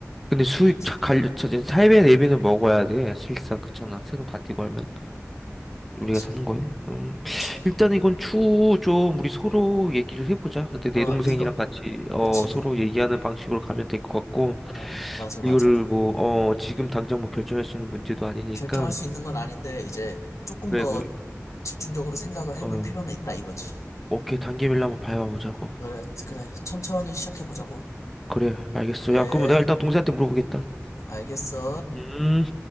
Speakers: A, in the centre; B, on the left (about 70°).
A: 근데 수익
B: 그치?
A: 자- 갈려 저진 4배 4배는 먹어야 돼. 실상 그렇잖아. 세금 다 떼고 하면
B: 음, 그치?
A: 우리가 사는 거에. 음.
B: 그치?
A: 일단 이건 추후 좀 우리 서로 얘기를 해보자. 그때 내
B: 어,
A: 동생이랑
B: 이거,
A: 같이 어
B: 그치.
A: 서로 얘기하는 방식으로 가면 될 것 같고
B: 어, 맞아, 맞아.
A: 이거를 뭐 어 지금 당장 뭐 결정할 수 있는 문제도 아니니까
B: 결정할 수 있는 건 아닌데 이제 조금
A: 그래
B: 더
A: 우리
B: 집중적으로 생각을 해볼
A: 어
B: 필요는 있다 이거지.
A: 오케이 단계별로 한번 봐보자고.
B: 그래, 그래. 천천히 시작해보자고.
A: 그래 알겠어.
B: 그래,
A: 야 그럼 내가 일단 동생한테 물어보겠다.
B: 알겠어.
A: 음.